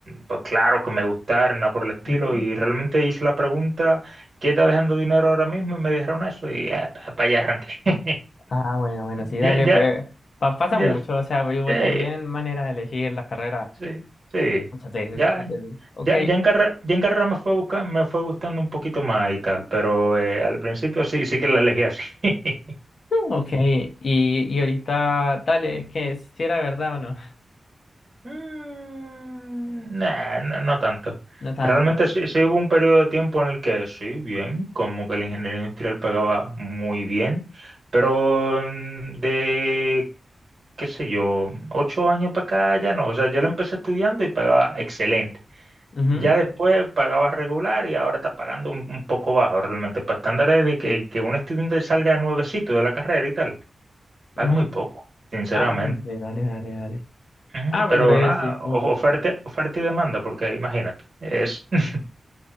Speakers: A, on the right (about 60°); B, on the left (about 70°).
A: ba- claro que me gustara, nada por el estilo.
B: Ujú.
A: Y realmente hice la pregunta, ¿qué está dejando dinero ahora mismo? Y me dijeron eso y para allá arranqué. <laughs>
B: Ah, bueno, bueno, sí, dale,
A: Ya, ya,
B: pe- pa- pasa
A: ya,
B: mucho, o sea, yo
A: eh,
B: también manera de elegir la carrera.
A: sí, sí,
B: Muchas veces.
A: ya,
B: entonces, Ok,
A: ya, ya
B: <laughs>
A: en carrera, ya en carrera me fue busca- me fue gustando un poquito más y tal, pero eh, al principio sí, sí que la elegí así. <laughs>
B: ok. Y, y ahorita, dale, que si era verdad o no.
A: Mm, nah, no, no tanto.
B: <laughs> No tanto.
A: Realmente sí, sí hubo un periodo de tiempo en el que sí, bien, como que la ingeniería industrial pagaba muy bien, pero mm, de, qué sé yo, ocho años para acá ya no. O sea, yo la empecé estudiando y pagaba excelente.
B: Ujú,
A: Ya después pagabas regular y ahora está pagando un, un poco bajo realmente. Para estándares de que, que un estudiante salga nuevecito de la carrera y tal, paga
B: ujú.
A: muy poco, sinceramente.
B: Ah, hombre, dale, dale, dale.
A: Ujú,
B: Ah,
A: Pero
B: pues breve,
A: nada,
B: sí, como,
A: of-
B: como
A: oferta,
B: todo.
A: oferta y demanda, porque imagínate, es... <laughs>